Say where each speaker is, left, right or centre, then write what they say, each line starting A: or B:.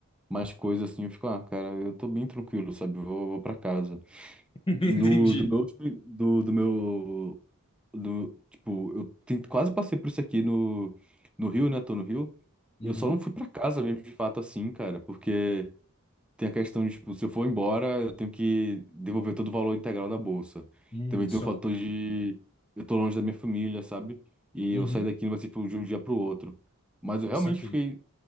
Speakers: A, in the centre; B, on the left.
A: mais coisas assim, eu fico, ah, cara, eu tô bem tranquilo, sabe? Eu Vou, vou pra casa.
B: <laughs>
A: Do,
B: Entendi.
A: do meu, último- do, do meu, do, tipo, eu ten- quase passei por isso aqui no, no Rio, né? Tô no Rio.
B: Uhum,
A: Eu só não fui pra casa mesmo, de fato, assim, cara, porque tem a questão de, tipo, se eu for embora, eu tenho que devolver todo o valor integral da bolsa.
B: uhum,
A: Também
B: só.
A: tem o fator de eu tô longe da minha família, sabe? E
B: Uhum,
A: eu sair daqui não vai ser tipo, de um dia pro outro. Mas eu realmente
B: saquei.
A: fiquei.